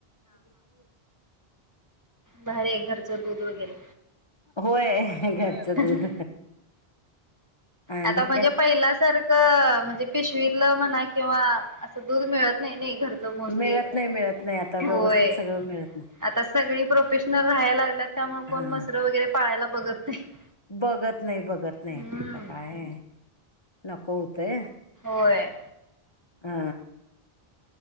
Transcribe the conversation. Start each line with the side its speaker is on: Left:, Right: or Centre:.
Left: <unintelligible>
Right: भर ये घरचं दूध वगैरे.
Left: होय.
Right: <inaudible>
Left: घरचं
Right: ह
Left: दूध आणि
Right: आता म्हणजे
Left: काय
Right: पहिला सारखं म्हणजे पिशवीतला म्हणा किंवा असं दूध मिळत नाही, नाही. घरच मोसली
Left: मिळत नाही मिळत नाही आता
Right: होय,
Left: व्यवस्थित सगळं मिळत
Right: आता सगळी प्रोफेशनल राहायला लागल्यात त्यामुळे
Left: नाही
Right: कोण
Left: हा
Right: म्हसर वगैरे पाळायला- बघत. नाही.
Left: बघत नाही, बघत नाही,
Right: हम्म
Left: आता काय. नको हुतय.
Right: होय.
Left: हा.